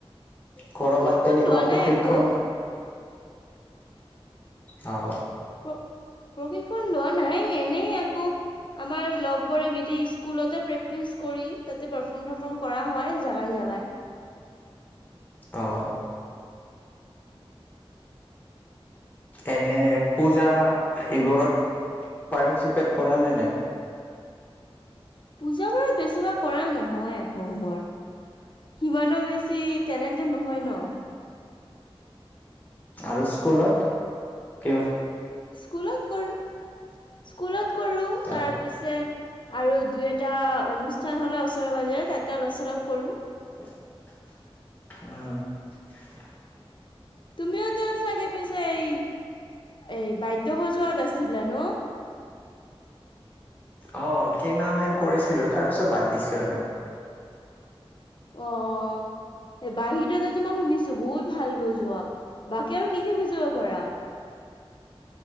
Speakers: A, on the left; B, on the left.
A: কৰবাত
B: প্ৰশিক্ষণ
A: তেনেকুৱা
B: লোৱা
A: প্ৰশিক্ষণ
B: নাই আকৌ।
A: অ'
B: প্ৰ প্ৰশিক্ষণ লোৱা নাই এনেই আকৌ আমাৰ লগবৰে মিলি স্কুলতে প্ৰেক্টিচ কৰি তাতে পাৰফৰ্ম চাৰফৰ্ম কৰা হয় জাগাই জোগাই।
A: অ' এনে পূজা এইবোৰত পাৰ্টিচিপেট কৰা নে নাই?
B: পূজা বোৰত বেছিভাগ কৰা নহয় আকৌ‌ মোৰ সিমানো বেছি টেলেণ্টেড নহয় ন?
A: আৰু স্কুলত কি
B: স্কুলত কৰোঁ। স্কুলত কৰো
A: অ'
B: তাৰ পিছে আৰু দুই এটা অনুষ্ঠান হ'লে ওচৰে পাজৰে তাতে অলপ চলপ কৰোঁ।
A: অ'
B: তুমিওতো চাগে পইছো এই এই বাদ্যয় বজোৱাত আছিলা ন?
A: অ' কেইমাহ মান কৰিছিলো তাৰপিছত বাদ দিছো আৰু।
B: অ' বাহিৰটো তোমাৰ শুনিছো বহুত ভাল বজোৱা বাকী আৰু কি কি বুজাব পাৰা?